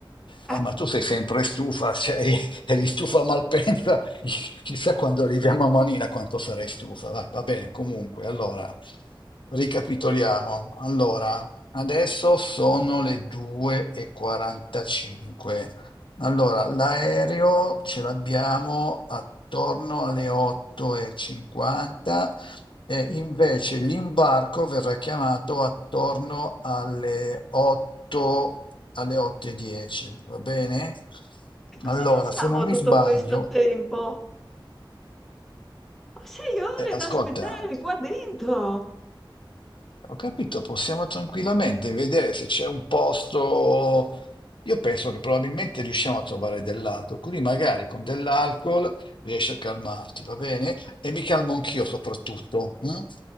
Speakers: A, in the centre; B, on the left.
A: Eh,
B: Eh, ma tu sei sempre stufa, sei, <laughs> eri stufa a Malpensa, <laughs> chissà quando arriviamo a Manila quanto sarai stufa. Va, va bene, comunque, allora, ricapitoliamo. Allora, adesso sono le 2.45. Allora, l'aereo ce l'abbiamo attorno alle 8.50 e invece l'imbarco verrà chiamato attorno alle 8, alle 8 e 10, va bene?
A: e cosa
B: Allora,
A: facciamo
B: se non mi
A: tutto
B: sbaglio,
A: questo tempo? 6 ore
B: eh, ascolta,
A: da aspettare qua dentro.
B: Ho capito, possiamo tranquillamente vedere se c'è un posto. Io penso che probabilmente riusciamo a trovare dell'alcol, quindi magari con dell'alcol riesci a calmarti, va bene? E mi calmo anch'io soprattutto. mm?